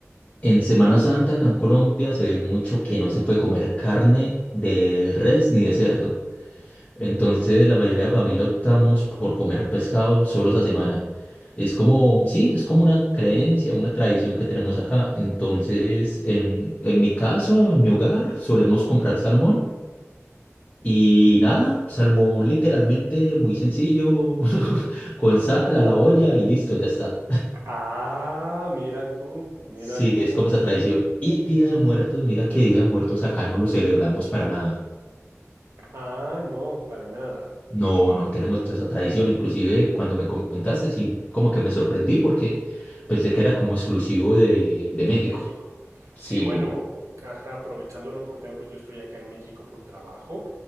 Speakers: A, on the left; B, on the right.
A: En Semana Santa acá en Colombia se ve mucho que no se puede comer carne de res ni de cerdo. Entonces la mayoría de familia optamos por comer pescado solo esa semana. Es como, sí, es como una creencia, una tradición que tenemos acá. Entonces, en, en mi caso, en mi hogar, solemos comprar salmón. Y nada, salmón literalmente muy sencillo, <laughs> con sal a la olla y listo, ya está.
B: Ah, mira tú, mira
A: Sí,
B: tú.
A: es como esa tradición. Y Día de Muertos, mira que Día de Muertos acá no lo celebramos para nada.
B: Ah, no, para nada.
A: No, no tenemos esa tradición. Inclusive cuando me comentaste, sí, como que me sorprendí porque pensé que era como exclusivo de, de México.
B: De México.
A: Sí,
B: Sí, bueno, ajá, aprovechando la oportunidad, pues yo estoy acá en México por trabajo